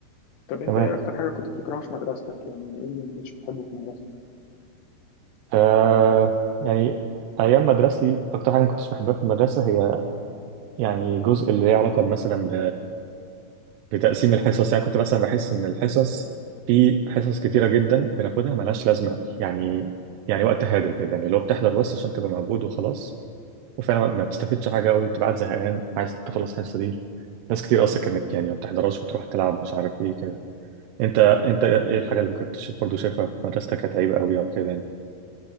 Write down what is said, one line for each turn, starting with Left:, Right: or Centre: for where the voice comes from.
Left: طب أنت
Right: تمام
Left: إيه أكتر حاجة كنت بتكرهها في مدرستك يعني إيه اللي ما كنتش بتحبه في مدرستك؟
Right: آه يعني ايام مدرستي اكتر حاجه ما كنتش بحبها في المدرسه هي يعني جزء اللي ليه علاقه مثلا بتقسيم الحصص يعني كنت مثلا بحس ان الحصص في حصص كتيره جدا بناخدها ملهاش لازمه يعني يعني وقت هادر كده يعني لو بتحضر بس عشان تبقى موجود وخلاص وفعلا ما بتستفدش حاجه قوي بتبقى قاعد زهقان عايز تخلص الحصه دي ناس كتير اصلا كانت يعني ما بتحضرهاش وتروح تلعب مش عارف ايه كده انت انت ايه الحاجه اللي كنت ش- برضه شايفها في مدرستك كانت عيب قوي او كده يعني